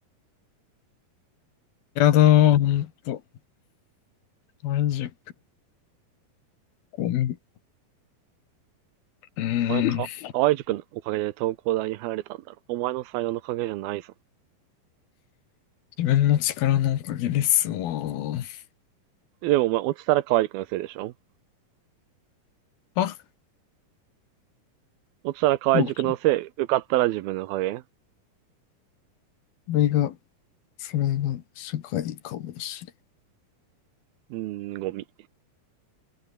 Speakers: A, on the left; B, on the right.
A: やだー、ほんと。半熟、ゴミ。うーん。
B: お前か、河合塾のおかげで東工大に入られたんだろ。お前の才能のおかげじゃないぞ。
A: 自分の力のおかげですわー。
B: でもお前、落ちたら河合くんのせいでしょ
A: あ、
B: 落ちたら河合塾のせい、
A: そうか
B: 受かったら自分の影う
A: これが、それが社会かもしれない。
B: ーん、ゴミ。